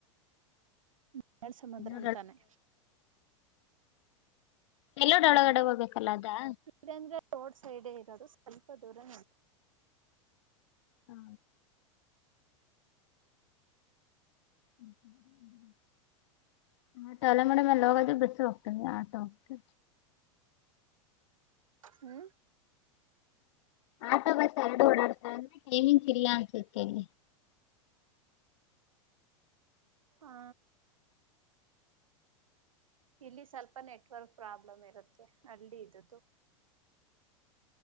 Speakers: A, on the right; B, on the left.
A: ಬಲ್ಲಾಳ್ ಸಮುದ್ರ
B: <unintelligible>
A: ಅಂತಾನೆ
B: ಎಲ್ಲೋಡ್
A: ಹಾ
B: ಒಳಗಡೆ ಹೋಗ್ಬೇಕಲ್ಲ ಅದಾ?
A: <unintelligible> ರೋಡ್ ಸೈಡೇ ಇರೋದು ಸ್ವಲ್ಪ ದೂರ ನಡೀಬೇಕು.
B: ಹಾ <unintelligible> ಬಸ್ಸು <unintelligible> ಆಟೋ <unintelligible>
A: ಹ್ಮ
B: ಆಟೋ ಬಸ್ ಎರಡು ಓಡಾಡ್ತ ಅಂದ್ರೆ ಟೈಮಿಂಗ್ <unintelligible>
A: ಹಾ ಇಲ್ಲಿ ಸ್ವಲ್ಪ ನೆಟ್ವರ್ಕ್ ಪ್ರಾಬ್ಲಮ್ ಇರುತ್ತೆ. ಹಳ್ಳಿ ಇದ್ದುದ್ದು.